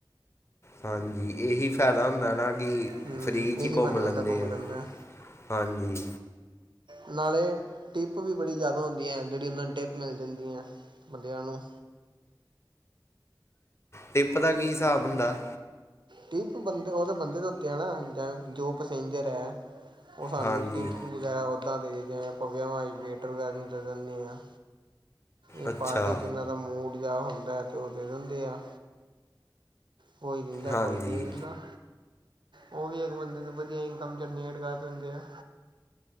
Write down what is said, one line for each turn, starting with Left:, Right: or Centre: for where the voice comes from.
Left: ਹਾਂਜੀ ਇਹੀ ਫੇਦਾ ਹੁੰਦਾ ਨਾ ਕਿ
Right: ਹਮ
Left: ਫ੍ਰੀ ਚ
Right: ਇਸੀ
Left: ਹੀ ਘੁੰਮ
Right: ਬਹਾਨੇ ਬੰਦਾ
Left: ਲੈਂਦੇ
Right: ਘੁੰਮ
Left: ਐ
Right: ਲੈਂਦਾ
Left: ਹਾਂਜੀ।
Right: ਨਾਲੇ ਟਿੱਪ ਵੀ ਬੜੀ ਜਾਦਾ ਹੁੰਦੀ ਐ ਜੇੜੀ ਉਹਨਾਂ ਨੂੰ ਟਿੱਪ ਮਿਲ ਜਾਂਦੀ ਐ। ਬੰਦਿਆ ਨੂੰ।
Left: ਟਿੱਪ ਦਾ ਕੀ ਹਿਸਾਬ ਹੁੰਦਾ?
Right: ਟਿਪ ਬੰਦੇ ਔ ਤੇ ਬੰਦੇ ਦੇ ਉੱਤੇ ਆ ਨਾ ਜ ਜੋ ਪੈਸੇਂਜਰ ਐ। ਉਹ ਸਾਨੂੰ
Left: ਹਾਂਜੀ
Right: ਟਿਪ ਵਗੈਰਾ ਉੱਦਾਂ ਦੇ ਦੇਂਦੇ ਨੇ ਅਪਾ ਵਿਆਵਾ ਇਚ ਵਗੈਰਾ ਵੇਟਰ ਵਗੈਰਾ ਨੂੰ ਦੇ ਦਿੰਦੇ ਆ। ਏ
Left: ਅੱਛਾ
Right: ਪਾਰਟੀ ਚ ਨਾ ਮੂਡ ਜਾ ਹੁੰਦਾ ਤੇ ਉਹ ਦੇ ਦਿੰਦੇ ਆ ਕੋਈ ਵੀ।
Left: ਹਾਂਜੀ
Right: ਕੋਈ ਨੀ ਦਿੰਦਾ ਓ ਵੀ ਇੱਕ ਬੰਦੇ ਦਾ ਵਧੀਆ ਇਨਕਮ ਜਨਰੇਟ ਕਰਦੇ ਦਿੰਦੇ ਐ।